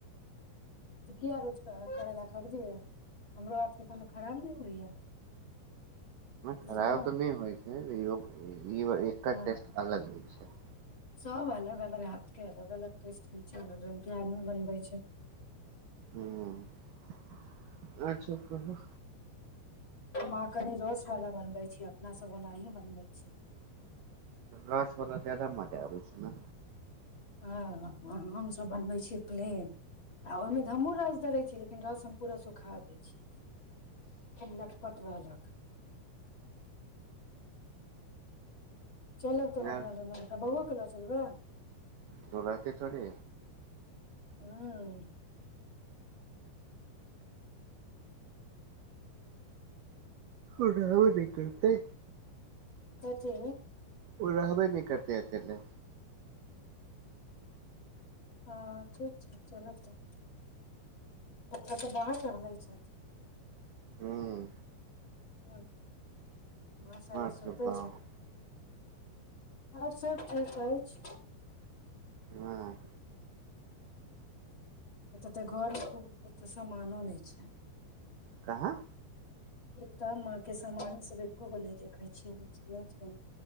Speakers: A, on the left; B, on the right.
A: किया रोज करै ला खरीदिय हमरो हाथके कोनो खराब नहि होइया
B: खराो
A: बुझलहु
B: तऽ न होय ह रो ई एकर
A: हँ
B: टेस्ट अलग होइ छै
A: सब अलग अलग हाथ के अलग अलग टेस्ट होइ छै हर रंगग के आदमी बनबै छै
B: ह अचछा कह
A: हमाँ कनि रोसवला बनबै छी अपनासँ ओनाही बनबै छी
B: रस वला ताद म आबै छै ने
A: हँ हमसभ बनबै छियै प्लेन आ ओहिमे ध हमहूँ रस धरै छै इ पूरा सुखा दे लटपट रहलक चलब तब
B: ह
A: अपना दुनू घंटा बौओ के लऽ चलबै
B: तो रहते थोड़े
A: हँ
B: ओब द करतै
A: कथे
B: ओ रहबे नहि करते अतने
A: हँ ठीक छै चल त पा तऽ बाहर चै <unintelligible>
B: ह्म
A: ह्म माँस
B: आर
A: सोचे
B: सब कहु
A: छथिन आओर सभ ठीक अछि
B: हँ
A: <unintelligible> एतय तऽ घरमे एतऽ सामानो नहि छै
B: कहाँ
A: ए त माँ के समामान सब एकोगो नहि देखे छियै न छै